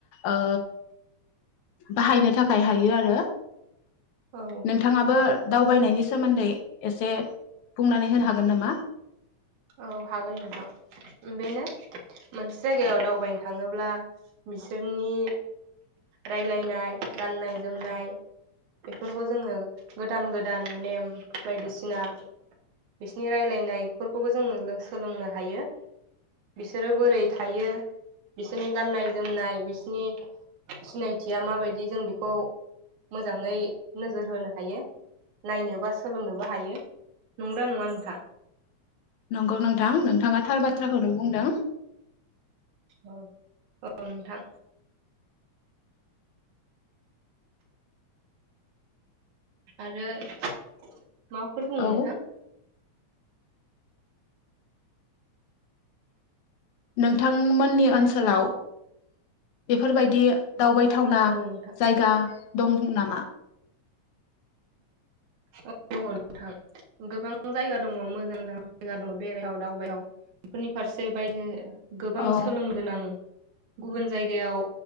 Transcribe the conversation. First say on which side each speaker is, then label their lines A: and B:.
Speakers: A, on the left; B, on the right.
A: ओ बाहायनो थाखाय हायो आरो
B: औ
A: नोंथाङाबो दावबायनायनि सोमोन्दै एसे बुंनानै होनो हागोन नामा
B: औ हागोन नोंथां बेनो मोनसे जायगायाव दावबायनो थाङोब्ला बिसोरनि रायलायनाय गाननाय जोमनाय बेफोरखौ जोङो गोदान गोदान नेम बायदिसिना बिसोरनि रायलायनायफोरखौ खौबो जोङो सोलोंनो हायो बिसोरो बोरै थायो बिसोरनि गाननाय जोमनाय बिसोरनि सिनायथिया माबायदि जों बेखौ मोजाङै नोजोर होनो हायो नायनो बा सोलोंनोबो हायो नंगौना नङा नोंथां
A: नंगौ नोंथां नोंथाङा थार बाथ्राखौनो बुंदों
B: औ औ नोंथां आरो माबाफोर बुं नोंथां
A: औ नोंथांमोननि ओनसोलाव बेफोरबायदि दावबायथावना
B: औ नोंथां
A: जायगा दं नामा?
B: औ‌ दङ नोंथां गोबां जायगा दङ मोजां मोजां जायगा दङ बेरायथाव दावबायथाव बेफोरनि फारसे बायजो गोबां
A: औ
B: सोलोंनो गोनां गुबुन जायगायाव